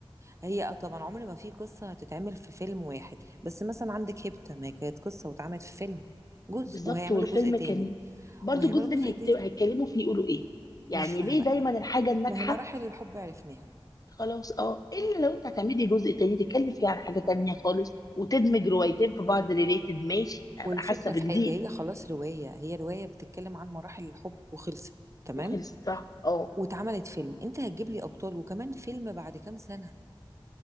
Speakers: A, on the right (about 30°); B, on the left (about 40°).
A: هي اه طبعا عمر ما في قصه هتتعمل في فيلم واحد بس مثلا عندك هيبتا ما هي كانت قصه واتعملت في فيلم جزء
B: بالظبط
A: وهيعملوا
B: والفيلم
A: جزء تاني
B: كان برضو
A: وهيعملوا
B: الجزء التاني
A: جزء
B: هيت-
A: تاني
B: هيتكلموا فيه يقولوا ايه يعني
A: مش فاهمه
B: ليه دايما الحاجة الناجحة
A: ما هي مراحل الحب عرفناها
B: خلاص اه الا لو انت هتعملي جزء تاني تتكلم فيه عن حاجة تانية خالص وتدمج روايتين في بعض ريليتد ماشي ابقى
A: والفكره
B: حاسة بجديد
A: في حاجه هي خلاص روايه هي روايه بتتكلم عن مراحل الحب وخلصت تمام
B: وخلصت صح اه
A: واتعملت فيلم انت هتجيب لي ابطال وكمان فيلم بعد كام سنه